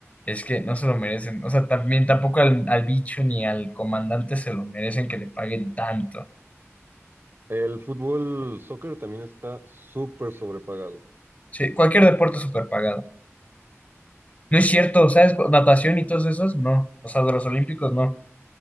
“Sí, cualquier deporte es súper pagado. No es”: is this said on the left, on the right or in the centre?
Left